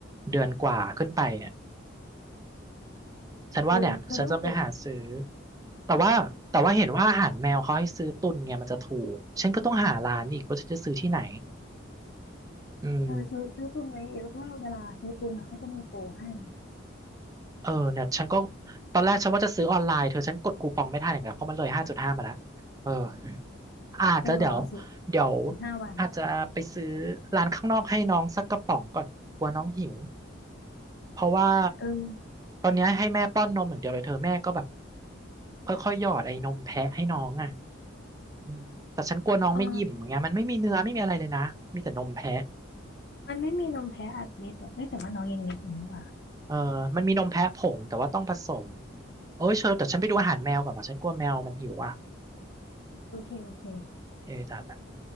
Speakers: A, on the right (about 15°); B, on the left (about 55°).
A: เดือนกว่าขึ้นไปเนี่ยฉันว่าเนี่ยฉันจะไปหาซื้อ
B: เออเธอต้องขน
A: แต่ว่าแต่ว่าเห็นว่าอาหารแมวเขาให้ซื้อตุนไงมันจะถูกฉันก็ต้องหาร้านอีกว่าฉันจะซื้อที่ไหนอืม
B: เออซื้อซื้อตุนไว้เยอะเพราะว่าเวลาซื้อตุนอะเขาจะมีโปรให้
A: เออเนี่ยฉันก็ตอนแรกฉันว่าจะซื้อออนไลน์เธอฉันกดคูปองไม่ทันอย่างเงี้ยเพราะมันเลยห้าจุดห้ามาแล้วเออ อาจจะเดี๋ยว
B: เธอรอสิ
A: เดี๋ยว
B: อีกห้าวัน
A: อาจจะไปซื้อร้านข้างนอกให้น้องสักกระป๋องก่อนกลัวน้องหิวเพราะว่า
B: เออ
A: ตอนเนี้ยให้แม่ป้อนนมอย่างเดียวเลยเธอแม่ก็แบบค่อยๆหยอดไอ้นมแพะให้น้องอ่ะอืมแต่ฉันกลัวน้องไม่อิ่มไงเงี้ยมันไม่มีเนื้อไม่มีอะไรเลยนะมีแต่นมแพะ
B: อ๋อ มันไม่มีนมแพ้อัดเม็ดห่ะเอ้ยแต่ว่าน้องยังเล็กอยู่นี่ว่ะ
A: เออมันมีนมแพะผงแต่ว่าต้องผสมโอ้ยเชอแต่ฉันไปดูอาหารแมวก่อนป่ะฉันกลัวแมวมันหิวอ่ะ
B: โอเคโอเค
A: โอเคจ้ะ